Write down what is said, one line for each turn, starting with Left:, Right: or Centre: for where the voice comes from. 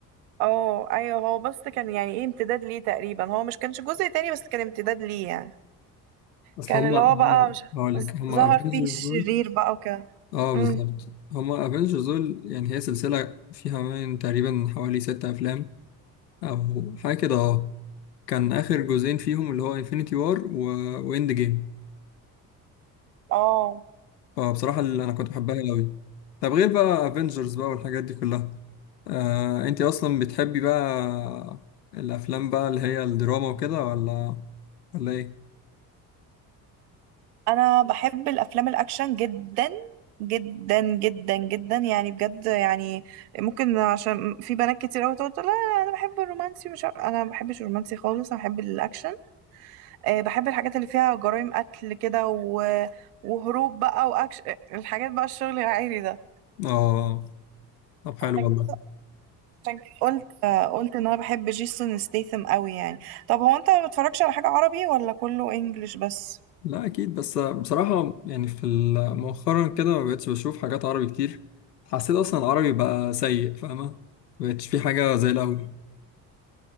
Right: اه ايوه هو بس كان يعني ايه امتداد ليه تقريبا هو مش كانش جزء تاني بس كان امتداد ليه يعني
Left: اصل
Right: كان
Left: هم
Right: اللي
Left: هم
Right: هو بقى مش
Left: هقول
Right: ظ-
Left: لك هم
Right: ظهر
Left: افنجرز
Right: فيه الشرير
Left: دول
Right: بقى وكده
Left: اه
Right: امم
Left: بالظبط هم افنجرز دول يعني هي سلسله فيها من تقريبا حوالي ستة افلام او حاجه كده اه كان اخر جزئين فيهم اللي هو انفينيتي وار و... واند جيم
Right: اه
Left: فبصراحه اللي انا كنت بحبها قوي طب غير بقى افنجرز بقى والحاجات دي كلها آه انت اصلا بتحبي بقى الافلام بقى اللي هي الدراما وكده ولا ولا ايه
Right: انا بحب الافلام الاكشن جدا جدا جدا جدا يعني بجد يعني ممكن عشان في بنات كتير قوي تقول لا لا، انا بحب الرومانسي مش عارف- انا ما بحبش الرومانسي خالص انا بحب الاكشن أه بحب الحاجات اللي فيها جرائم قتل كده و... وهروب بقى واكشن الحاجات بقى الشغل العائلي ده
Left: اه طب حلو
Right: عشان
Left: والله
Right: كده عشان كده قلت قلت ان انا بحب جيسون ستيثم قوي يعني طب هو انت ما بتتفرجش على حاجة عربي ولا كله انجليش بس
Left: لا اكيد بس بصراحه يعني في ال- مؤخرا كده ما بقتش بشوف حاجات عربي كتير حسيت اصلا العربي بقى سيء فاهمه ما بقتش في حاجه زي الاول